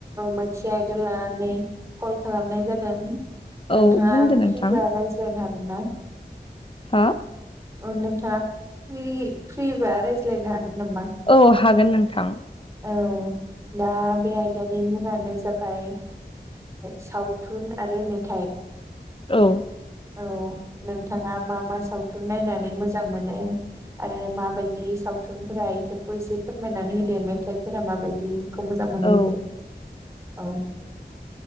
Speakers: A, on the right; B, on the left.
A: मोनसे आयदा लानानै कल खालामनाय जादों नोंथाङा
B: औ बुंदो नोंथां
A: फ्रिबा रायज्लायनो हागोन ना?
B: हा
A: नोंथाङा फ्रिबा रायज्लायनो हागोन नामा?
B: औ हागोन नोंथां।
A: औ दा बे आयदानि मुङानो जाबाय। सावथुन आरो मेथाइ
B: औ।
A: औ नोंथाङा मा मा सावथुन नायनानै मोजां मोनो। आरो माबायदि सावथुनफोरा इफोरखौ एसे फोरमायनानै होदो मे मेथाइफोरा माबायदिखौ मोजां मोनो
B: औ
A: बेफोरखौ औ